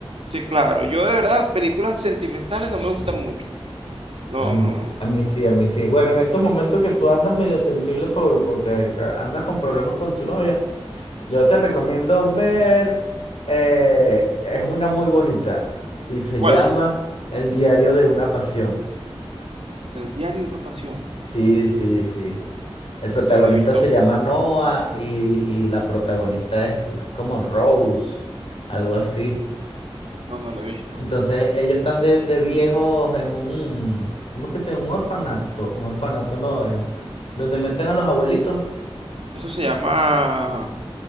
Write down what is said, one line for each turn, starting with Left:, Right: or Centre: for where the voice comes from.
Right: sí, claro. Yo de verdad, películas sentimentales no me gustan mucho. No,
Left: A mí,
Right: no. no.
Left: a mí sí, a mí sí. Bueno, en estos momentos que tú andas medio sensible por, porque ca- andas con problemas con tu novia, yo te recomiendo ver, eh, es una muy bonita y se
Right: ¿Cuál?
Left: llama El diario de una pasión.
Right: El diario de una pasión.
Left: Sí, sí, sí. El protagonista
Right: No lo he visto.
Left: se llama Noah y, y la protagonista es como Rose, algo así.
Right: No, no lo he visto.
Left: Entonces, ellos están de, de viejos en un, ¿cómo es que se llama? Un orfanato, un orfanato no, en- donde meten a los abuelitos
Right: Eso se llama...